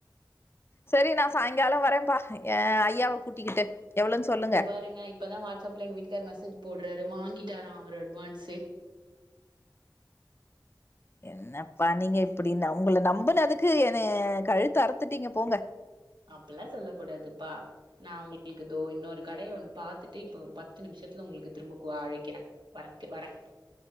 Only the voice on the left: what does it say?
செரி நா சாயங்காலோ வரேப்பா ஏ ஐயாவை கூட்டிக்கிட்டு எவ்ளோன்னு சொல்லுங்க.
என் என்னப்பா நீங்க இப்டி உங்கள நம்புனதுக்கு எனைய கழுத்து அறுத்துட்டீங்க போங்க